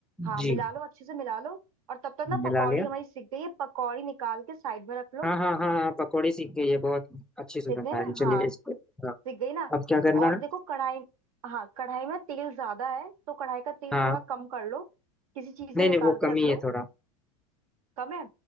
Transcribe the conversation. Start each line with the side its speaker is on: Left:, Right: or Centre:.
Right: हाँ
Centre: जी
Right: मिला लो अच्छे से मिला लो और तब तक ना
Centre: मिला
Right: पकौड़ी
Centre: लिया
Right: हमारी सिक गई है पकौड़ी निकाल के साइड में रख लो
Centre: हाँ हाँ हाँ हाँ पकौड़े सीख गई है बहुत अच्छी सुगंध
Right: सिक गई
Centre: आ
Right: ना
Centre: रही है।
Right: हाँ
Centre: चलिए इसको
Right: सिक
Centre: हाँ,
Right: गई ना
Centre: अब क्या करना
Right: और
Centre: है
Right: देखो कढ़ाई हाँ कढ़ाई में तेल ज्यादा है तो कढ़ाई का तेल
Centre: हाँ
Right: थोड़ा कम कर लो किसी चीज
Centre: नहीं
Right: में निकाल
Centre: नहीं वो
Right: के
Centre: कमी
Right: रख लो
Centre: है थोड़ा
Right: कम है